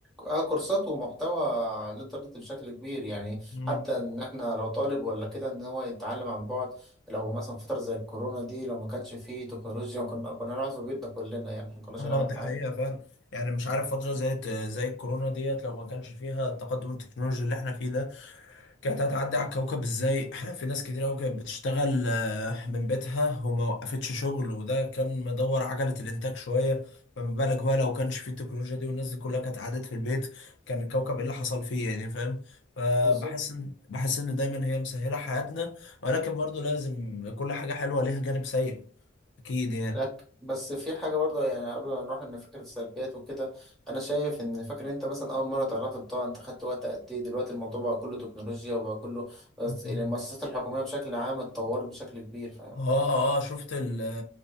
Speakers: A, in the centre; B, on the left.
A: اه كورسات ومحتوى على الانترنت بشكل كبير يعني
B: لك
A: حتى ان احنا لو طالب ولا كده ان هو يتعلم عن بعد لو مثلا فترة زي الكورونا دي لو ما كانش فيه تكنولوجيا كنا كنا نقعد في بيتنا كلنا يعني ما كناش
B: اه
A: هنعمل
B: دي حقيقة
A: حاجة
B: فعلا يعني مش عارف فترة زي زي الكورونا ديت لو ما كانش فيها التقدم التكنولوجي اللي احنا فيه ده كانت هتعدي على الكوكب ازاي احنا في ناس كتير قوي كانت بتشتغل آه، من بيتها وما وقفتش شغل وده كان مدور عجلة الانتاج شوية فما بالك بقى لو كانش فيه التكنولوجيا دي والناس دي كلها كانت قعدت في البيت كان الكوكب ايه اللي حصل فيه يعني فاهم فبحس
A: بالظبط
B: ان بحس ان دايما هي مسهلة حياتنا ولكن برضو لازم كل حاجة حلوة ليها جانب سيء اكيد
A: لك بس في حاجة برضه يعني قبل ما نروح لفكرة السلبيات وكده أنا شايف إن فاكر أنت مثلا أول مرة طلعت بطاقة أنت خدت وقت قد إيه دلوقتي الموضوع بقى كله تكنولوجيا وبقى كله بس يعني
B: يعني
A: المؤسسات الحكومية بشكل عام اتطورت بشكل كبير فاهم؟
B: اه اه شفت ال-